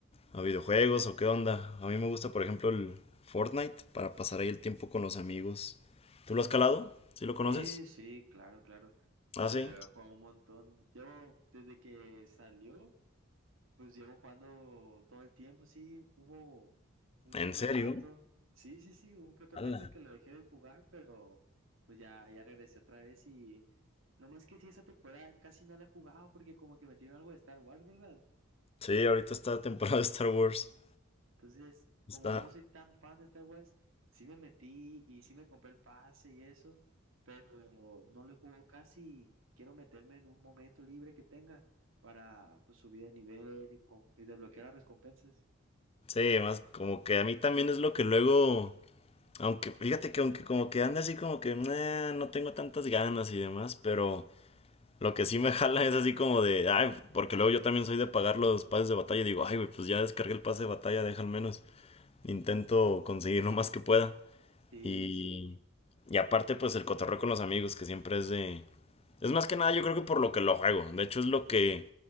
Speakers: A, on the left; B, on the right.
A: a videojuegos o qué onda. A mí me gusta, por ejemplo, el Fortnite para pasar ahí el tiempo con los amigos. ¿Tú lo has calado? ¿Sí lo conoces?
B: Sí, sí, claro, claro.
A: Ah,
B: Lo,
A: sí.
B: lo he jugado un montón. Llevo, desde que salió, pues llevo jugando todo el tiempo, sí, hubo un
A: ¿En
B: que otro
A: serio?
B: rato. Sí, sí, sí, un que otro rato
A: Ala.
B: en que lo dejé de jugar, pero pues ya, ya regresé otra vez y no más que sí, esa temporada casi no la he jugado porque como que metieron algo de Star Wars, ¿verdad?
A: Sí, ahorita está la temporada de Star Wars.
B: Entonces, como
A: Está.
B: yo no soy tan fan de Star Wars, sí me metí y sí me compré el pase y eso, pero no lo he jugado casi. y Quiero meterme en un momento libre que tenga para pues, subir de nivel y, con y desbloquear las recompensas.
A: Sí, más como que a mí también es lo que luego. Aunque, fíjate que aunque como que anda así como que "Nah, no tengo tantas ganas y demás, pero lo que sí me <laughs> jala es así como de, ay, porque luego yo también soy de pagar los pases de batalla. Digo, ay, güey, pues ya descargué el pase de batalla, deja al menos. Intento conseguir lo más que pueda.
B: Sí,
A: Y,
B: sí.
A: y aparte, pues el cotorreo con los amigos, que siempre es de... Es más que nada, yo creo que por lo que lo juego. De hecho, es lo que